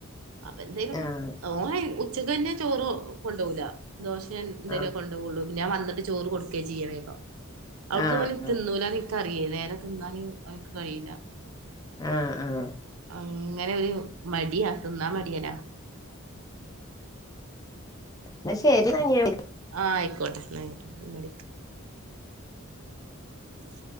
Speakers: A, on the right; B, on the left.
A: അപ്പൊ എന്തേലും
B: ആഹ്
A: ഓൻ ഉച്ചക്ക് തന്നെ ചോറ് കൊണ്ടു പോകൂല ദോശേ എന്തേലും
B: ആഹ്
A: കൊണ്ട ഞാ വന്നിട്ട് ചോറ് കൊടുക്കേ ചെയ്യേ വേഗം അവിടുന്ന്
B: ആഹ് ആഹ്
A: തിന്നൂല കറിയില്ലേല് തിന്നാല് അവനിക്ക് കഴിയില്ല
B: ആഹ് ആഹ്
A: അങ്ങനെ ഒരു മടിയാ തിന്നാൻ മടിയനാ
B: എന്നാ ശരി എന്നാ ഞാൻ
A: ആയിക്കോട്ടെയിക്കോട്ടെ പിന്നടിക്ക ഉ